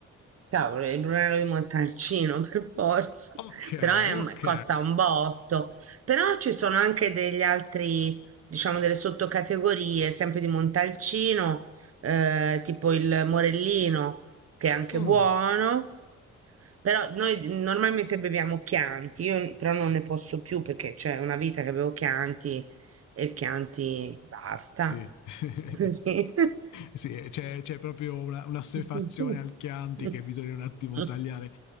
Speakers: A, on the right (about 50°); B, on the left (about 80°).
A: Cavolo, il Brunello di Montalcino <laughs> per forza,
B: Ok,
A: però è un-
B: ok.
A: costa un botto. Però ci sono anche degli altri, diciamo, delle sottocategorie, sempre di Montalcino, eh, tipo il Morellino, che è anche
B: Mm.
A: buono. Però noi normalmente beviamo Chianti, io però non ne posso più perché c'è una vita che bevo Chianti e Chianti basta.
B: Sì, sì, <laughs>
A: <laughs> Così.
B: sì, c'è, c'è proprio una, una assuefazione
A: <laughs>
B: al Chianti che bisogna un attimo tagliare.